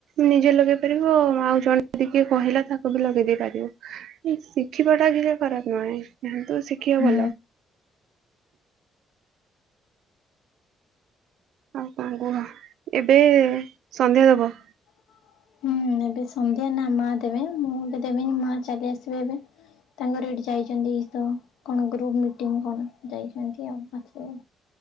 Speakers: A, on the right (about 75°); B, on the left (about 85°).
A: ନିଜେ ଲଗେଇ ପାରିବ ଆଉ ଜଣେ ଯଦି କିଏ କହିଲା ତାକୁ ବି ଲଗେଇ ଦେଇେଇ ପାରିବ ଶିଖିବା ଟା କିଛି ଖରାପ ନୁହେଁ ନ୍ତୁ ଶିଖିବା
B: ହୁଁ।
A: ଭଲ ଆଉ କଣ କୁହ ଏବେ ସନ୍ଧ୍ୟା ଦବ
B: ହଁ ହୁଁ ଏବେ ସନ୍ଧ୍ୟା ନା ମା ଦେବେ ମୁଁ ଏବେ ଦେବନି ମା ଚାଲି ଆସିବେ ଏବେ ତାଙ୍କର ଏଇଠି ଯାଇଛନ୍ତି ଇସ କଣ ଗ୍ରୁପ ମିଟିଙ୍ଗ କଣ ଯାଇଛନ୍ତି ଆଉ ଆସିବେ